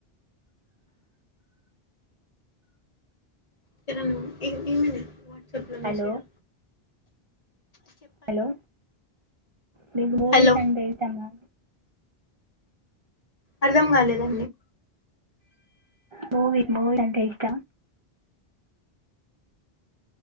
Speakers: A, on the left; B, on the right.
A: చరను ఏం ఏమన వాట్ చట్లమిషియా
B: హలో హలో మీకు మూవీస్
A: హలో
B: అంటే ఇష్టమా?
A: అర్ధం కాలేదండి
B: మూవి మూవి అంటే ఇష్ట